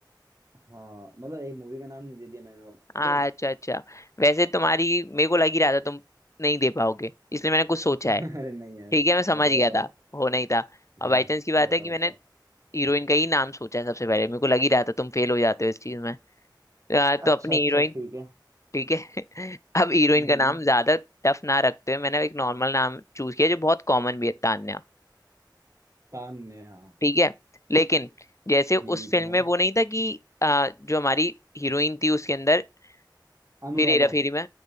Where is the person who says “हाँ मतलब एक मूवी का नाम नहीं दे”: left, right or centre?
Right